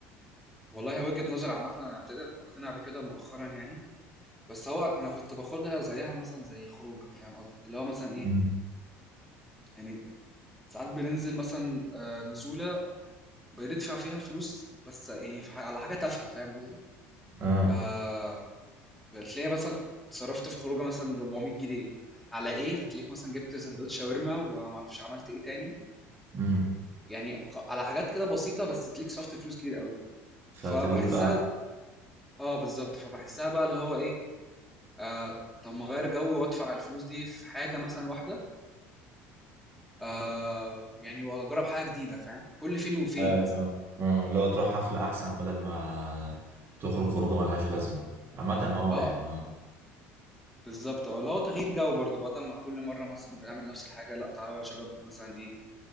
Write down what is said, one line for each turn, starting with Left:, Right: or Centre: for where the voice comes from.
Centre: والله هي وجهه نظر عامه انا ابتديت اقتنع بكده مؤخرا يعني بس هو انا كنت باخدها زيها مثلا زي خروجه فاهم قصدي اللي هو مثلا ايه
Right: مم.
Centre: يعني ساعات بننزل مثلا آه، نزوله بندفع فيها فلوس بس يعني في ح- على حاجه تافهه فاهم قصدي
Right: اه
Centre: آه، هتلاقي مثلا صرفت في خروجه مثلا 400 جنيه على ايه هتلاقيك مثلا جبت سندوتش شاورما ومعرفش عملت ايه تاني
Right: امم
Centre: يعني خ- على حاجات كده بسيطه بس تليك صرفت فلوس كتير قوي
Right: فتقول
Centre: فبحسها اه بالظبط فبحسها بقى اللي هو ايه آه طب ما اغير جو وادفع الفلوس دي في حاجه مثلا واحده آه يعني واجرب حاجه جديده فاهم كل فين وفين
Right: ايوه
Centre: مثلا
Right: لا آه، لو تروح حفلة احسن بدل ما تخرج خروجه ملهاش لازمة عامة اه
Centre: اه
Right: يعني اه
Centre: بالظبط اه اللي هو تغيير جو برضو بدل ما كل مره مثلا بنعمل نفس الحاجه لا تعالوا يا شباب مثلا ايه